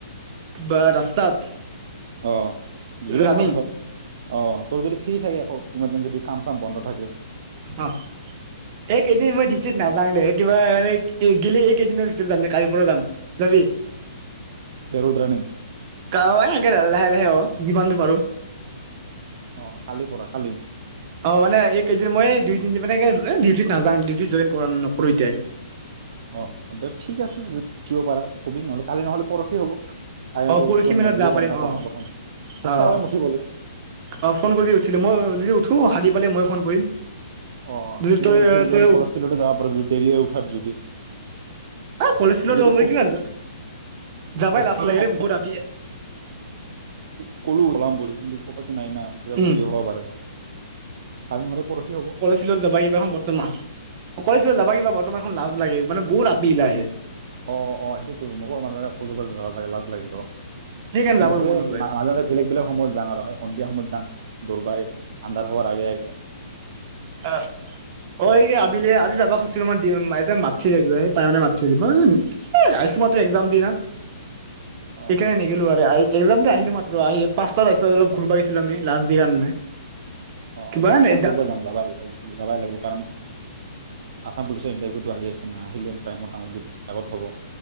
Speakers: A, on the right; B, on the right.
A: বা ৰাস্তাত।
B: অ জুলাই
A: ৰানিং
B: মাহত। অঁ তোৰ যদি ফ্ৰী থাকে, আকৌ কেইদিন মান যদি কাম, চাম বন্ধ থাকে।
A: অঁ এই কেইদিন মই ডিউটিত নাযাওঁ দে, কিবা এ' গলে এইকেইদিনৰ ভিতৰতে যাম দে। কালিৰ পৰা যাম যাবি?
B: জেৰুৰ ৰাণিং।
A: <unintelligible> এনেকে লাহে, লাহে অঁ যিমানটো পাৰো।
B: অ কালিৰ পৰা কালি
A: অঁ মানে, এইকেইদিন মই দুই, তিনদিন মানে- ডিউটিত নাজাও, ডিউটিত জইন নকৰো এতিয়াই।
B: অঁ, ঠিক আছে, দিব পাৰা। <unintelligible> নহলে পৰষি হ'ব আৰু সিহঁতে
A: অঁ পৰশি
B: উঠিব নোৱাৰিবও
A: মানত যাব
B: পাৰে
A: পাৰিম।
B: ন
A: অঁ,
B: প্ৰথম প্ৰথম
A: অঁ,
B: চেষ্টা কৰিম উঠিবলৈ
A: অঁহ ফোন কৰি উঠিলে, মই যদি উঠো, সাৰ পালে মই- ফোন কৰিম।
B: অঁ
A: যদি
B: কি
A: তই
B: জানী উঠি এনেকে
A: তই
B: কলেজ ফিল্ডতে যাব পাৰো, যদি দেৰি হয়, উঠাৰ যদি।
A: আহ কলেজত
B: যিটো
A: কিমান যোৱা, যাবাই
B: অভ্যাসটো
A: লাচ লাগে
B: নাই
A: ৰে বহুত আপি-
B: <unintelligible> নাই, না। উঠিলে অলপ
A: উম
B: দেৰি হব পাৰে। কালি নহলে, পৰষি হ'ব।
A: গৈছিলো, যাব কিবা এখন বৰ্তমান, অকলে চোন জাব বৰ্তমান এখন লাজ লাগে। মানে, বহুত আপিগিলাক আহে।
B: অঁ, অঁ, অঁ, সেইটোৱে তো মোৰো মানে লাজ লাগেটো।
A: সেইকাৰণে
B: কিন্তু,
A: যাবই
B: সেই
A: মন নাযায়
B: মাজে, মাজে, বেলেগ, বেলেগ সময়ত যাওঁ আৰু। সন্ধিয়া সময়ত যাওঁ? দৌৰ মাই আন্ধাৰ হোৱাৰ আগে, আগে-
A: অঁ, অঁ এই আবেলি আজি যাব খুজিছিলো মই, তাই মাতিছিলে, তাই মানে মাতিছিলে, এ' আহিছো এইমাত্ৰ মই এক্জাম দি না।
B: অ
A: সেইকাৰণে নগলো আৰু। এক্জাম দি আহিলো মাত্ৰ, আহি পাঁচটাত আহিছো, অলপ ঘূৰিব আহিছিলো আমি, লাষ্ট এক্সাম কাৰণে।
B: অঁ
A: কিবা
B: যাম,
A: নাই
B: কালিলৈ দূৰত যাম, যাবা? যাবই লাগিব। কাৰণ, আছাম পুলিচৰ ইণ্টাৰভিউটো আহি আছে না, আহিলে প্ৰেৰাই মোটামুটি দৌৰাতো আগতে হ'ব।